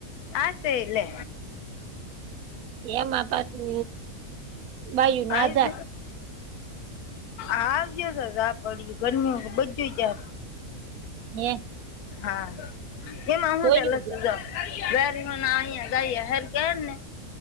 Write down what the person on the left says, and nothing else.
હશે એલે.
આય
જ. આવજ સાજ. ળ ઘર બધું ચ થાય.
હા એમાં હું
ત લ
તર મા અયા દહી હેર કહે ને